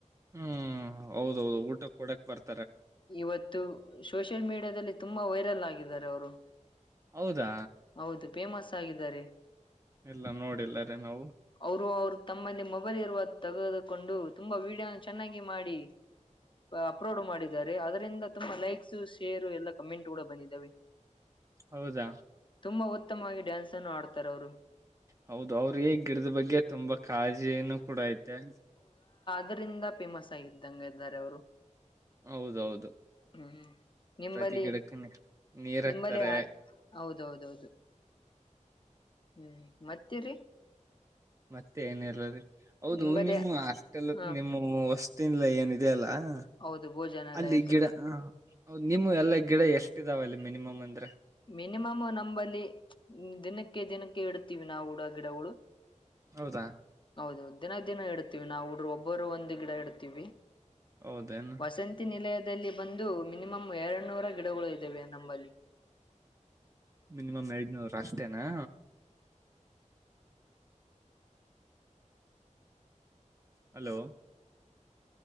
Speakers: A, on the right; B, on the left.
A: ಹ್ಮ್ ಹೌದೌದು ಊಟ ಕೊಡಕ್ ಬರ್ತ
B: ಇವತ್ತು ಸೋಷಿಯಲ್ ಮೀಡಿಯಾದಲ್ಲಿ ತುಂಬಾ ವೈರಲ್ ಆಗಿದ್ದಾರೆ ಅವರು
A: ಹೌದಾ
B: ಹೌದು ಫೇಮಸ್ ಆಗಿದ್ದಾರೆ
A: ಇಲ್ಲ ನೋಡಿಲ್ಲಾರೆ ನಾವು
B: ಅವರು ಅವರು ತಮ್ಮಲ್ಲಿ ಮೊಬೈಲ್ ಇರುವ ತೆಗೆದುಕೊಂಡು ತುಂಬಾ ವಿಡಿಯೋ ಚೆನ್ನಾಗಿ ಮಾಡಿ ಅಪ್ಲೋಡ್ ಮಾಡ ಅದರಿಂದ ತುಂಬಾ ಲೈಕ್ಸ್ ಶೇರ್ ಎಲ್ಲ ಕಮೆಂಟ್ ಕೂಡ ಬಂದಿದ್ದಾವೆ
A: ಹೌದಾ
B: ತುಂಬಾ ಉತ್ತಮವಾಗಿ ಡ್ಯಾನ್ಸ್ ಅನ್ನು ಆಡ್ತಾರೆ ಅವರು
A: ಹೌದು ಅವ್ರ ಗಿಡದ ಬಗ್ಗೆ ತುಂಬ ಕಾಳಜಿನು ಕೂಡ ಐತೆ
B: ಅದ್ರಂದ ಫೇಮಸ್ ಆಗಿದ್ದಂಗೆ ಇದ್ದಾರೆ ಅವರು
A: ಹೌದೌದು
B: ಹ್ಮ್ ನಿಂಬಲ್ಲಿ
A: ಪ್ರತಿ ಗಿಡಕ್ಕ ನೀರ್
B: ನಿಂಬಲ್ಲಿ
A: ಹಾಕ್ತಾರೆ
B: ಹ ಹೌದೌದೌದು ಹ್ಮ್ ಮತ್ತೆರಿ
A: ಮತ್ತೆ ಏನಲ್ಲೀ ಹೌದು
B: ನಿಂಬಲ್ಲಿ
A: ನಿಮ ಅಷ್ಟೆಲ್
B: ಹ
A: ನಿಮ್ಮ ವಸ್ತಲ್ಲ ಏನು ಇದೆ ಅಲ್ಲ ಹ
B: ಹೌದು ಭೋಜನಾಲಯದಲ್ಲಿ
A: ಅಲ್ಲಿ ಗಿಡ ಹ ನಿಮ ಎಲ್ಲಾ ಗಿಡ ಎಷ್ಟ ಇದಾವೆ ಅಲ್ಲಿ ಮಿನಿಮಮ್ ಅಂತ
B: ಮಿನಿಮಮ್ ನಂಬಲ್ಲಿ ದಿನಕ್ಕೆ ದಿನಕ್ಕೆ ಇಡ್ತೀವಿ ನಾವು ಗಿಡಗಳು
A: ಹೌದಾ
B: ಹೌದು ದಿನ ದಿನ ಇಡ್ತೀವಿ ನಾವು ಹುಡ್್ರ ಒಬ್ಬರು ಒಂದು್ ಗಿಡ ಇಡ್ತೀವಿ
A: ಹೌದೇನು
B: ವಸಂತಿ ನಿಲಯದ ದಲ್ಲಿ ಬಂದು ಮಿನಿಮಮ್ ಎರಡ್ ನೂರ ಗಿಡಗಳು ಇದ್ದಾವೆ ನಮ್ಮಲ್ಲಿ
A: ಮಿನಿಮಮ್ ಎಐಡ್ನೂರು ರಾ ಅತ್ತೇನಾ ಹಲೋ